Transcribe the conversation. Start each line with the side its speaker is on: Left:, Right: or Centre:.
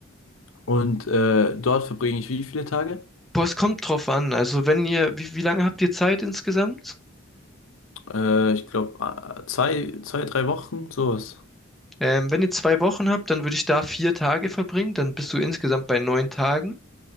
Left: Und äh, dort verbringe ich wie viele Tage?
Centre: Boah, es kommt drauf an. Also wenn ihr, wie, wie lange habt ihr Zeit insgesamt?
Left: Äh, ich glaube, äh, zwei, zwei, drei Wochen, sowas.
Centre: Ähm, wenn ihr zwei Wochen habt, dann würde ich da vier Tage verbringen. Dann bist du insgesamt bei neun Tagen.